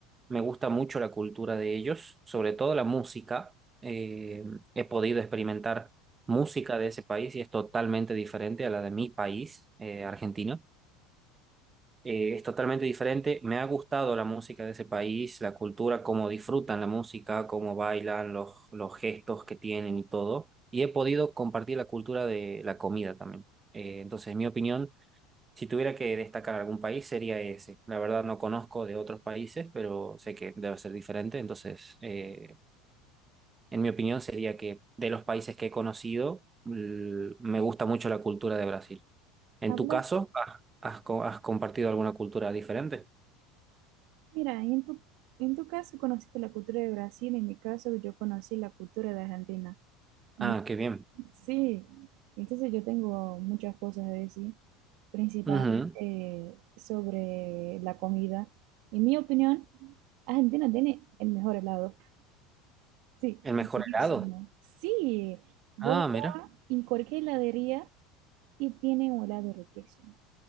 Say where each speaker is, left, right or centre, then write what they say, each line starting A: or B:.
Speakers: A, on the right (about 25°); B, on the right (about 65°).
A: Me gusta mucho la cultura de ellos, sobre todo la música. Eh, he podido experimentar música de ese país y es totalmente diferente a la de mi país, eh, Argentina. Eh, es totalmente diferente. Me ha gustado la música de ese país, la cultura, cómo disfrutan la música, cómo bailan, los, los gestos que tienen y todo. Y he podido compartir la cultura de la comida también. Eh, entonces, en mi opinión, si tuviera que destacar algún país sería ese. La verdad no conozco de otros países, pero sé que debe ser diferente. Entonces, eh, en mi opinión sería que de los países que he conocido, l- me gusta mucho la cultura de Brasil. En
B: Hablas,
A: tu caso, ¿has, has co- has compartido alguna cultura diferente?
B: mira, en tu, en tu caso conociste la cultura de Brasil, en mi caso yo conocí la cultura de Argentina. Mira,
A: Ah, qué bien.
B: sí, entonces yo tengo muchas cosas a decir, principalmente
A: Ujú.
B: sobre la comida. En mi opinión, Argentina tiene el mejor helado. Sí,
A: El mejor
B: Riquísimo.
A: helado.
B: sí. Vos
A: Ah, mira.
B: vas en cualquier heladería y tienen un helado riquísimo.